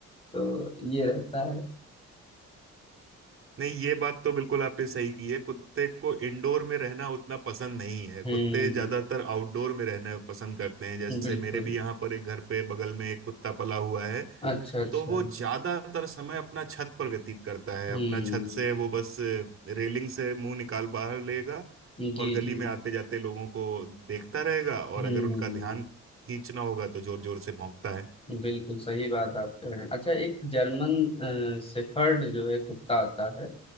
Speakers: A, on the left; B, on the right.
A: तो ये रहता है
B: नहीं ये बात तो बिल्कुल आपने सही की है कुत्ते को इंडोर में रहना उतना पसंद नहीं है
A: हम्म
B: कुत्ते ज्यादातर आउटडोर में रहना पसंद करते हैं जैसे
A: बिल्कुल
B: मेरे भी यहाँ पर एक घर पे बगल में एक कुत्ता पला हुआ है
A: अच्छा अच्छा
B: तो वो ज्यादातर समय अपना छत पर व्यतीत करता है
A: हम्म
B: अपना छत से वो बस रेलिंग से मुंह निकाल बाहर लेगा
A: जी
B: और गली
A: जी
B: में आते जाते लोगों को देखता रहेगा और
A: हम्म
B: अगर उनका ध्यान खींचना होगा तो जोर जोर से भौंकता है
A: बिल्कुल सही बात आप कह रहे हैं अच्छा एक जर्मन शेफर्ड जो है कुत्ता आता है